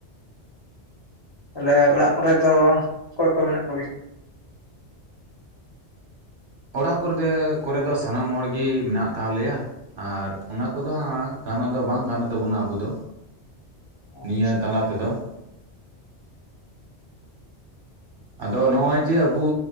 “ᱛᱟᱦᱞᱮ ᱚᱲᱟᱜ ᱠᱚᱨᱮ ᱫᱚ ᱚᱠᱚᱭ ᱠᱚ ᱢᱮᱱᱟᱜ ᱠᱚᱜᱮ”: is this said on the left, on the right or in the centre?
Left